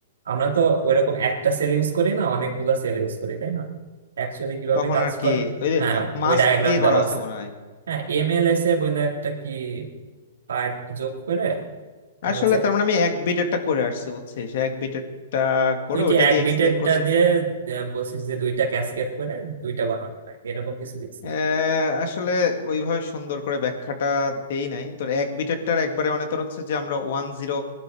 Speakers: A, on the right; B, on the left.
A: আমরা তো ওইরকম একটা সেল ইউজ করি না অনেকগুলা সেল ইউজ করি তাই না অ্যাকচুয়ালি কিভাবে
B: তখন
A: কাজ
B: আর কি
A: করে
B: ওই যে
A: হ্যাঁ
B: মাস্ক
A: ওই ডায়াগ্রাম
B: দিয়ে
A: দেওয়া
B: করা আছে
A: আছে
B: মনে হয়
A: হ্যাঁ এম এল এস এ বলে একটা কি পার্ট যোগ করে আর
B: আসলে
A: হচ্ছে
B: তার মানে আমি এক বিটেরটা করে আসছি বুঝছিস এক বিটেরটা করে
A: তুই কি
B: ওটা
A: এক
B: দিয়ে এক্সপ্লেন
A: বিটেরটা
B: করছি
A: দিয়ে আহ, বলছিস যে দুইটা ক্যাসকেড করে দুইটা বানানো হয় এরকম কিছু লিখছিস
B: আহ, আসলে ওইভাবে সুন্দর করে ব্যাখ্যাটা দেই নাই তোর এক বিটেরটার একবারে মানে তোর হচ্ছে যে আমরা ওয়ান জিরো